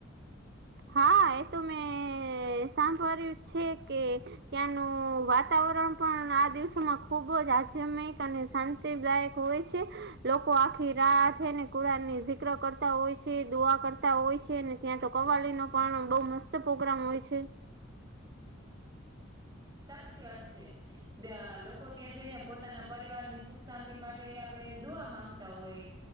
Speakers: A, on the right; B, on the right.
A: હા એ તો મેં સાંભળળ્યું છે કે ત્યાંનું વાતાવરણ પણ આ દિવસોમાં ખુબ જ આધ્યામિક અને શાંતિ તેલાયક હોય છે. લોકો આખી રાહ થઈને કુરાન ની જિક્ર કરતા હોય છે દુઆ કરતા હોય છે ત્યાં તો કવાલ ન પણ બહ મસ્ત પ્રગ્રામ હોય છે.
B: સાચી વાત છે, લોકો ત્યાં જઈને પોતાના પરિવાર ની સુખ શાંતિ માટે આપણે દોવા માંગતા હોય.